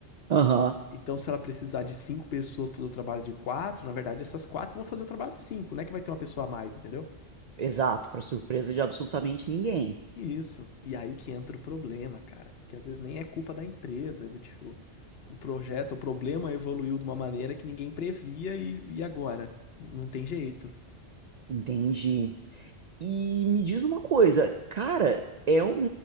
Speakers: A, on the right; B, on the left.
A: Aham,
B: Então, se ela precisar de cinco pessoas para o trabalho de quatro, na verdade, essas quatro vão fazer o trabalho de cinco, né? Que vai ter uma pessoa a mais, entendeu?
A: exato, para surpresa de absolutamente ninguém.
B: Isso. E aí que entra o problema, cara. Que às vezes nem é culpa da empresa, é do tipo, o projeto, o problema evoluiu de uma maneira que ninguém previa e, e agora? Não tem jeito.
A: Entendi. E me diz uma coisa, cara, é um,